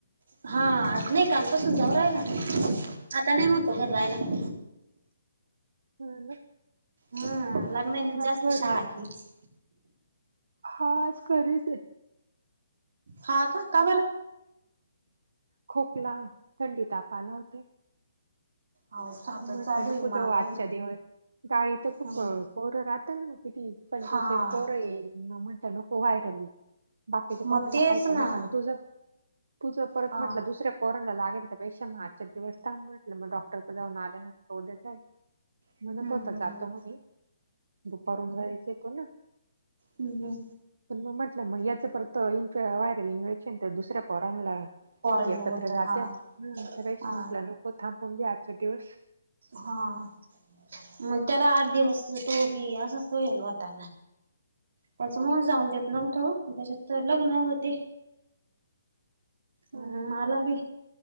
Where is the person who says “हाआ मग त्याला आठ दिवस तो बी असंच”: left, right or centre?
Right